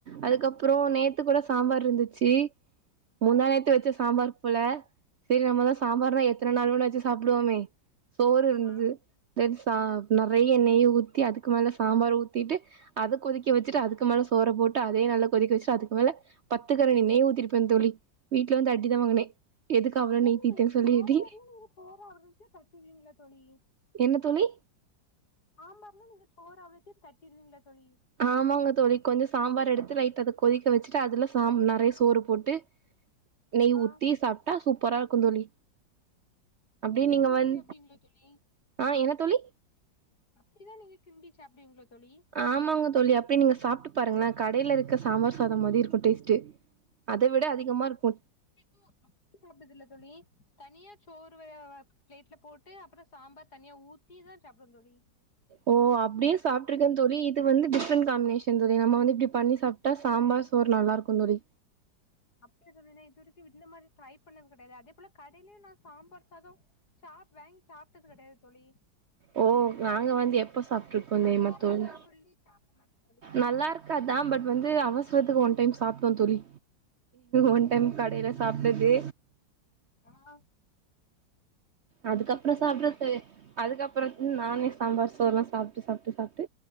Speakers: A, on the right; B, on the left.
A: அதுக்கப்றோ நேத்து கூட சாம்பார் இருந்துச்சி முந்தா
B: ஆ
A: நேத்து வச்ச சாம்பார் போல செரி நம்மதா சாம்பார்னா எத்தன நாள் வேணா வெச்சு சாப்டுவோமே சோறு இருந்தது
B: ஆமா
A: நேத்து சாப் நெறைய நெய் ஊத்தி அதுக்கு மேல சாம்பார் ஊத்திட்டு அத கொதிக்க வெச்சுட்டு அதுக்கு மேல சோற போட்டு அதையு நல்ல கொதிக்க வெச்சுட்டு அதுக்கு மேல பத்து கரண்டி நெய் ஊத்திருப்பே தோழி வீட்ல வந்து அடி தா வாங்குனே எதுக்கு அவ்ளோ
B: தோழி
A: நெய் ஊத்திட்டேன்னு சொல்லி
B: சாம்பார்லே
A: அடி
B: நீங்க சோற அவிச்சு தட்டிருவிங்களா தோழி
A: என்ன தோழி
B: சாம்பார்ல நீங்க சோற அவிச்சு தட்டிருவிங்களா தோழி
A: ஆமாங்க தோழி கொஞ்ச சாம்பார் எடுத்து லைட்டா அத கொதிக்க வச்சிட்டு அதுல சா நெறைய சோறு போட்டு நெய்
B: ஆ
A: ஊத்தி சாப்டா சூப்பரா இருக்கு தோழி அப்டியே நீங்க
B: கிண்டி
A: வந்
B: சாப்டுவீங்களா தோழி
A: ஆ என்ன தோழி
B: அப்படிதா நீங்க கிண்டி சாப்டுவிங்களோ தோழி
A: ஆமாங்க தோழி அப்பயே நீங்க சாப்ட்டு பாருங்களே கடேல இருக்க சாம்பார் சாதோ மாதி இருக்கு டேஸ்ட்டு அத விட அதிகமா இருக்கு
B: சோ அப்டி சாப்டதில்ல தோழி தனியா சோறு வேக வக் பிளேட்ல போட்டு அப்பற சாம்பார் தனியா ஊத்திதா சாப்டுவே தோழி
A: ஓ அப்டியே சாப்டிருக்கே தோழி இது வந்து டிஃபரண்ட் காம்பினேஷன் தோழி நம்ம வந்து இப்டி பண்ணி சாப் டா சாம்பார் சோறு நல்லா இருக்கு தோழி
B: அப்டியா தோழி நா இது வரைக்கு இந்த மாதிரி ட்ரை பண்ணது கெடையாது அதே போல கடைலயு நா சாம்பார் சாதோ சாப் வாங்கி சாப்ட்டது கெடையாது தோழி
A: ஓ நாங்க வந்து எப்ப சாப்டிருக்கோ
B: நல்லா
A: தெரியுமா
B: இருக்குதுன்னு
A: தோழி
B: சொல்லி சாப்ட மாட்டே
A: நல்லா இரு க்காது தா பட் வந்து அவசரத்துக்கு ஒன் டைம் சாப்டோ தோழி ஒன் டைம்
B: தோழி.
A: கடேல சாப்டது
B: ஆ
A: அதுக்கப்பறோ
B: வெறு
A: சாப்டடுறது தோழி அதுக்கப்பறோ ம் நானே சாம்பார் சோறு ல்லா சாப்ட்டு சாப்ட்டு சாப்ட்டு